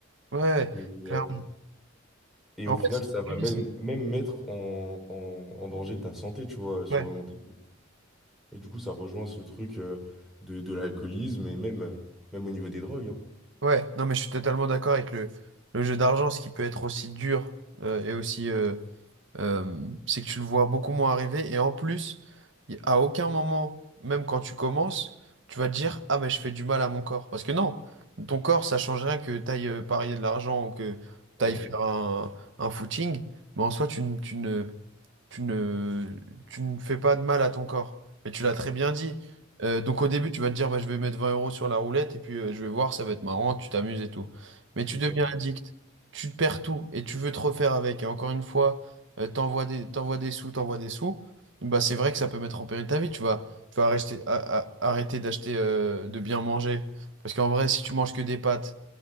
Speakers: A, on the right; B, in the centre.
A: ouais,
B: Et, ouais,
A: clairement.
B: et
A: En
B: au final,
A: fait, c'est ce
B: ça
A: que
B: va
A: tu dis,
B: même,
A: c'est-
B: même mettre en, en- en danger ta santé, tu vois, sur
A: ouais,
B: le long terme. Et du coup, ça rejoint ce truc euh, de, de l'alcoolisme et même, euh, même au niveau des drogues. hein.
A: ouais. Non, mais je suis totalement d'accord avec le, le jeu d'argent, ce qui peut être aussi dur euh, et aussi. euh, Euh, c'est que tu le vois beaucoup moins arriver. Et en plus, y- à aucun moment, même quand tu commences, tu vas te dire, Ah, mais je fais du mal à mon corps. Parce que non, ton corps, ça change rien que t'ailles euh, parier de l'argent ou que
B: Ouais,
A: t'ailles faire un, un footing. Mais en soi, tu, ne- tu ne tu ne, tu ne fais pas de mal à ton corps. Mais tu l'as très bien dit. Euh, donc au début, tu vas te dire, bah, je vais mettre 20 euros sur la roulette et puis euh, je vais voir, ça va être marrant, tu t'amuses et tout. Mais tu
B: c'est
A: deviens
B: ça.
A: addict, tu te perds tout et tu veux te refaire avec. Et encore une fois, euh, t'envoies des, t'envoies des sous, t'envoies des sous. Bah, c'est vrai que ça peut mettre en péril ta vie. Tu vas, tu vas arrêter, a- a- arrêter d'acheter, euh, de bien manger. Parce qu'en vrai, si tu manges que des pâtes,